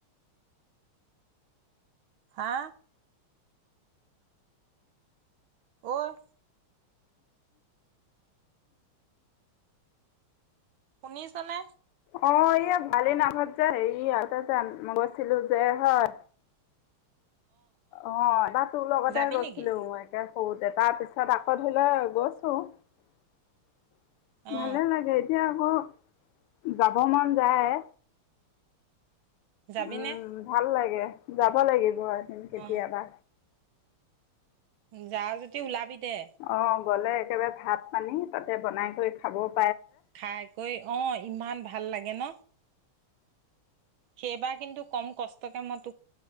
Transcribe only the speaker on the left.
অ এইয়া ভালেই নামঘৰত যে হেৰি আগতে যে আম-ম গৈছিলো যে হয়। অ একবাৰ তোৰ লগতে
গৈছিলো
মই একে ঔ দেতাৰ পিছত আকৌ ধৰি- ল, গৈছো। <unintelligible>
ভালে লাগে এতিয়াহ ম, যাব মন যায়ে
উম, ভাল লাগে। যাব লাগিব আৰ এন্
কেতিয়াবা।
অ গ'লে একেবাৰে ভাত পানী তাতে বনাই কৰি খাবপ